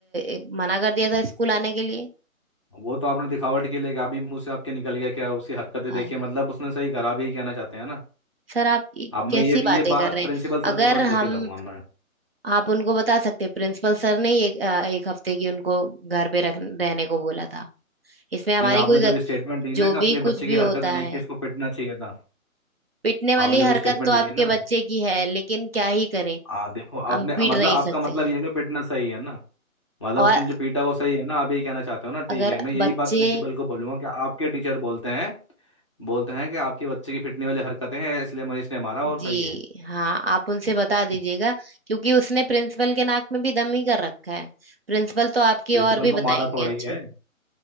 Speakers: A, on the right; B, on the left.
A: अ, मना कर दिया था स्कूल आने के लिए
B: वो तो आपने दिखावट के लिए किया, अभी मुंह से आपके निकल गया क्या उसकी हरकतें
A: हाँ
B: देखिए मतलब उसने सही करा आप यही कहना चाहते हैं ना
A: सर आप ये
B: अब मैं
A: कैसी
B: ये
A: बातें
B: ये बात
A: कर रहे
B: प्रिंसिपल
A: हैं
B: सर
A: अगर
B: को पास लेके
A: हम
B: जाऊंगा मैं
A: आप उनको बता सकते हैं, प्रिंसिपल सर ने ही एक, अ, एक हफ्ते की उनको घर पे रख, रहने को बोला था इसमें हमारी
B: नहीं आपने
A: कोई
B: जब
A: गल-
B: स्टेटमेंट दी ना
A: जो
B: कि अपने
A: भी कुछ
B: बच्चे
A: भी
B: की हरकतें
A: होता
B: देख
A: है
B: के इसको पिटना चाहिए था
A: पिटने वाली
B: आपने
A: हरकत
B: जब स्टेटमेंट
A: तो आपके
B: दी ना
A: बच्चे की है लेकिन क्या ही करें
B: आ, देखो आपने
A: हम पीट
B: मतलब
A: नहीं
B: आपका
A: सकते
B: मतलब
A: हैं
B: ये है कि पिटना सही है ना मतलब
A: और
B: उसने जो पीटा वो सही है ना आप यही कहना चाहते हो ना ठीक
A: अगर
B: है मैं यही
A: बच्चे
B: बात प्रिंसिपल को बोलूंगा कि आपके टीचर बोलते हैं बोलते हैं कि आपके बच्चे की पिटने वाली हरकतें हैं इसलिए मनीष ने मारा और
A: जी
B: सही है
A: हाँ आप उनसे बता दीजिएगा क्योंकि उसने प्रिंसिपल के नाक में भी दम ही कर रखा है प्रिंसिपल तो आपकी
B: प्रिंसिपल
A: और भी
B: को मारा
A: बताएंगे
B: थोड़ा
A: अच्छे
B: ही है